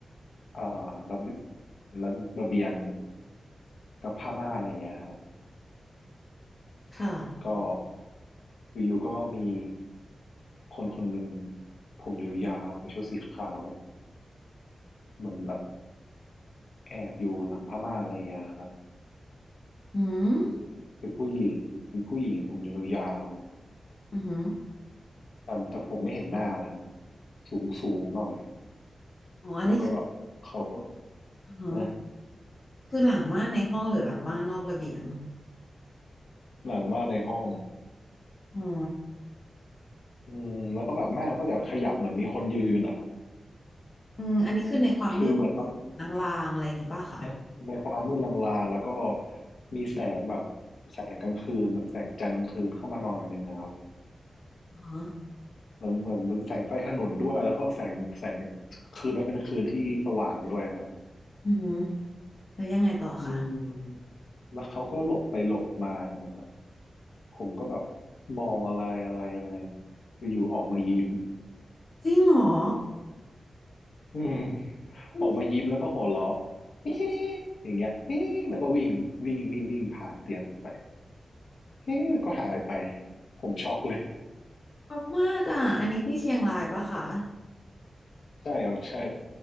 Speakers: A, on the left (about 75°); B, on the left (about 40°).
A: เอ่อระเบีระระเบียงกับผ้าม่านอะไรเงี้ยครับ
B: ค่ะ
A: ก็อยู่ๆก็มีคนคนหนึ่งผมยาวๆใส่ชุดสีขาว เหมือนแบบแอบอยู่หลังผ้าม่านอะไรเงี้ยครับ
B: อืม
A: เป็นผู้หญิง เป็นผู้หญิงผมยาว
B: อืม
A: ๆแต่แต่ผมไม่เห็นหน้านะครับสูงสูงหน่อย
B: อ๋ออันนี้คือ
A: แล้วก็แบบเขาก็
B: อ๋อ
A: <laughs>
B: คือหลังม่านในห้องหรือหลังบ้านนอกระเบียง
A: หลังม่านในห้อง
B: อ๋อ
A: อืมแล้วก็แบบม่านก็จะขยับเหมือนมีคนยืนอ่ะ
B: อืมอันนี้คือในความมืด
A: คือเหมือน
B: ลางๆอะไรอย่างงี้ป่ะคะ
A: เอ๊ะในความมืดลางๆ แล้วก็มีแสงแบบแสงกลางคืนแสงจันทร์กลางคืนเข้ามาหน่อยหนึ่งอะครับ
B: อ๋อ
A: เหมือนเหมือนเหมือนแสงไฟถนนด้วยแล้วก็แสงแสงคืนนั้นเป็นคืนที่สว่างด้วยครับ
B: อืมแล้วยังไงต่อคะ
A: อืมแล้วเขาก็หลบไปหลบมาอย่างนั้นนะผมก็แบบมองอะไรอะไรอะไรอยู่ๆออกมายิ้ม
B: จริงเหรอ
A: อืม
B: อืม
A: ออกมายิ้มแล้วก็หัวเราะ <laughs> ฮิฮิอย่างเงี้ย <laughs> ฮิแล้วก็วิ่งวิ่งวิ่งวิ่งผ่านเตียงไป <laughs> ฮิแล้วก็หายไปผมช็อกเลย
B: ช็อกมากอ่ะอันนี้ที่เชียงรายป่ะคะ
A: ใช่ครับใช่